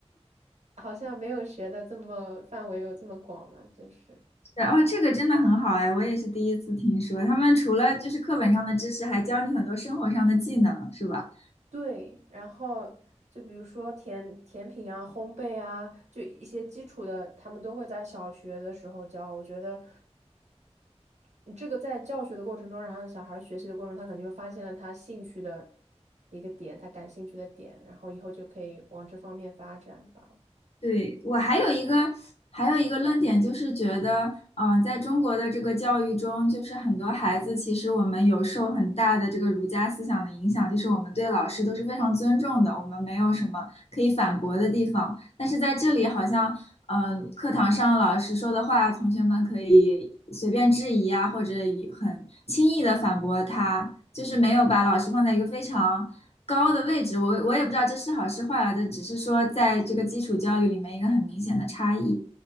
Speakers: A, on the right; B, on the left.
A: <laughs> 好像没有学的这么范围有这么广呢，就是
B: 哦，这个真的很好哎，我也是第一次听说，他们除了就是课本上的知识，还教你很多生活上的技能，是吧？
A: 对，然后。就比如说甜甜品啊、烘焙啊，就一些基础的，他们都会在小学的时候教。我觉得你这个在教学的过程中，然后小孩儿学习的过程中，他肯定就发现了他兴趣的一个点，他感兴趣的点，然后以后就可以往这方面发展吧。
B: 对，我还有一个还有一个论点，就是觉得，嗯、在中国的这个教育中，就是很多孩子其实我们有受很大的这个儒家思想的影响，就是我们对老师都是非常尊重的，我们没有什么可以反驳的地方。但是在这里，好像，嗯、课堂上老师说的话，同学们可以随便质疑啊，或者以很轻易的反驳他，就是没有把老师放在一个非常。高的位置，我我也不知道这是好是坏啊，这只是说在这个基础教育里面一个很明显的差异。